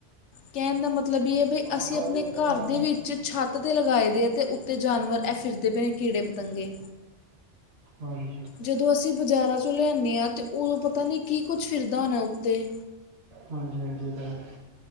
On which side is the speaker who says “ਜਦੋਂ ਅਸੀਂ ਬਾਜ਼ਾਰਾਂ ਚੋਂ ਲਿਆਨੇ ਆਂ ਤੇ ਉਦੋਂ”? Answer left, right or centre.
Left